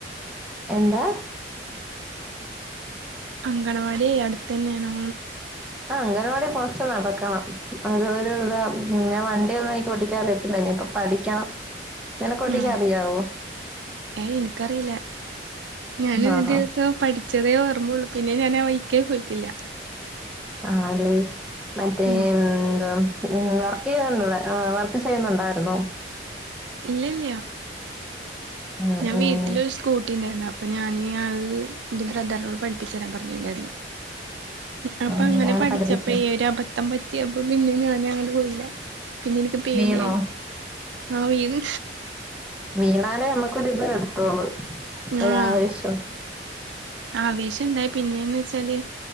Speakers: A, in the centre; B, on the right (about 85°).
A: എന്താ
B: അംഗനവാടിയെയ് അടുത്തന്നെയാണോ?
A: ആ അംഗനവാടി കൊറച്ച് നടക്കണം അത് ഒരു ഇത മുന്നെ വണ്ടി ഒന്നും എനിക്ക് ഒട്ടിക്കാൻ അറിയത്തില്ല ഇനി ഇപ്പം പഠിക്കണം
B: <inaudible>
A: നിനക്ക് ഓട്ടിക്കാൻ
B: ഉം
A: അറിയാവോ
B: ഏയ് ഇൻക്കറീല്ല ഞാന് ഒരു
A: ആഹ്
B: ദിവസം പഠി ചെറിയേ ഓർമോള്ളു പിന്നെ ഞാനാ വൈക്കേ പോയിറ്റില്ല
A: ആഹ് അല്ലെ മറ്റെ
B: ഉം
A: എന്തുവ ഉം വർക്ക് ചെയ്യ്ണ്ട് വർക്ക് ചെയ്യുന്നുണ്ടായിരുന്നു.
B: ഇല്ലല്ല്യ
A: ഉം
B: ഞാൻ
A: ഉം
B: വീട്ടിലൊരു സ്കൂട്ടിണ്ടായിരുന്നു അപ്പൊ ഞാന് അത് ഇൻ്റെ ബ്രദറിനോട് പഠിപ്പിച്ച് തരാൻ പറഞ്ഞ്ണ്ടായിരുന്നു. അപ്പൊ
A: ഉം
B: അങ്ങനെ പഠിച്ചപ്പെ
A: പഠിപ്പിച്ചു
B: ഒരു അപ പത്തം പറ്റിയപ്പൊ പിന്നെ ഞാന് അങ്ങട് പോയില്ല പിന്നെ ഇനിക്ക് പേടിയായി
A: വീണോ
B: ആഹ് വിണ്
A: വീണാലേ നമ്മുക്കൊര്ത് വര്ത്തോളൂ
B: ആഹ്
A: ഒരാവേശം
B: ആവേശം ഇണ്ടായി പിന്നേന്ന് വെച്ചാല്